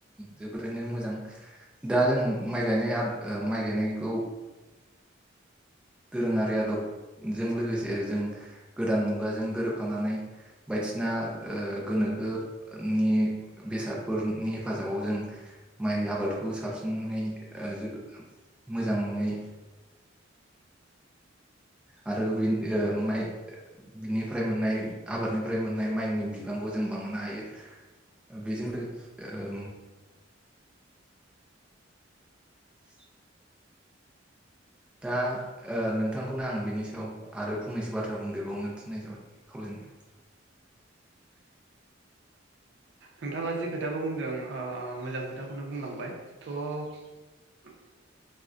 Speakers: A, in the centre; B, on the right.
A: जोबोरैनो मोजां दा जों माइ गायनाय ओ माइ गाय गायनायखौ ओ दोरोङारि आदबजों लोगोसे जों गोदान मुगाजों गोरोबफानानै बायदिसिना ओ गोनो खोनि बेसादफोरनि हेफाजाबाव जों माइ आबादखौ साबसिन ओ मोजाङै आरो बि ओ माइ बिनिफ्राय मोननाय आबादनिफ्राय मोननाय माइनि बिबांखौ जों बांनो हायो बेजों लो ओ <inaudible> दा ओ नोंथांखौनो आं बिनि सायाव आरो फंनैसो बाथ्रा बुंदेरबावनो थिन्नाय जाबाय खावलायनाय <inaudible>
B: नोंथाङा जि खोथाखौ बुंदों ओ मोजां खोथाखौनो बुंलांबाय थ'